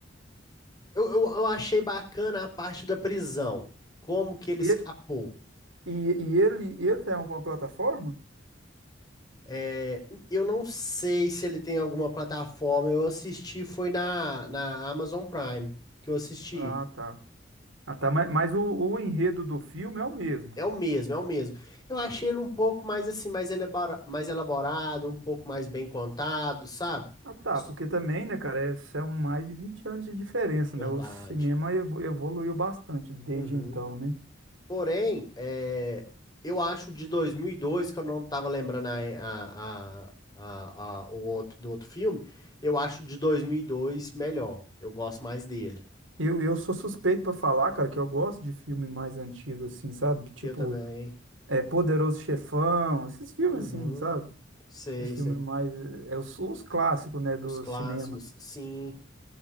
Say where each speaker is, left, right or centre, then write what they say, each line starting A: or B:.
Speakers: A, on the left; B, on the right.
A: Eu, eu, eu achei bacana a parte da prisão, como que ele
B: E,
A: escapou.
B: e, e ele, ele tem alguma plataforma?
A: É, eu não sei se ele tem alguma plataforma, eu assisti, foi na, na Amazon Prime que eu assisti.
B: Ah, tá. Ah, tá. Mas, mas o, o enredo do filme é o mesmo.
A: É o mesmo, é o mesmo. Eu achei ele um pouco mais assim, mais elabora- mais elaborado, um pouco mais bem contado, sabe?
B: Ah, tá,
A: S-
B: porque também, né, cara, é, são mais de 20 anos de diferença,
A: Verdade.
B: né? O cinema evo- evoluiu bastante desde
A: Uhum.
B: então, né?
A: Porém, é, eu acho o de 2002, que eu não tava lembrando a, a- a- a- a- o outro, do outro filme, eu acho o de 2002 melhor. Eu gosto mais dele.
B: Eu, eu sou suspeito pra falar, cara, que eu gosto de filme mais antigo, assim, sabe? Tipo,
A: Eu também.
B: é, Poderoso Chefão, esses filmes,
A: Uhum.
B: assim, sabe?
A: Sei,
B: Esse filme
A: sei.
B: mais. É, é os, os clássicos, né, do
A: Os clássicos,
B: cinema.
A: sim.